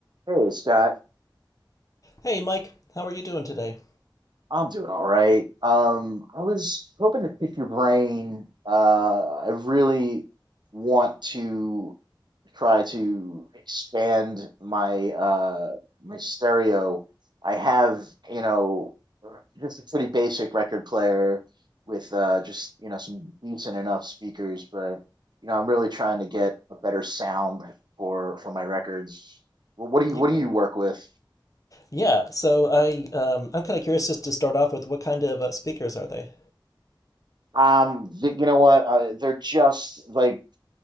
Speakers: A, on the right; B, on the left.
A: Hey, Scott.
B: Hey, Mike, how are you doing today?
A: I'm doing all right. Um, I was hoping to pick your brain. Uh, I really want to try to expand my uh my stereo. I have, you know, just a pretty basic record player with uh just, you know, some decent enough speakers, but you know, I'm really trying to get a better sound for for my records. Wh- What do you
B: Yeah.
A: what do you work with?
B: Yeah, so I um, I'm kind of curious just to start off with what kind of uh, speakers are they?
A: Um, th- you know what? Uh, they're just like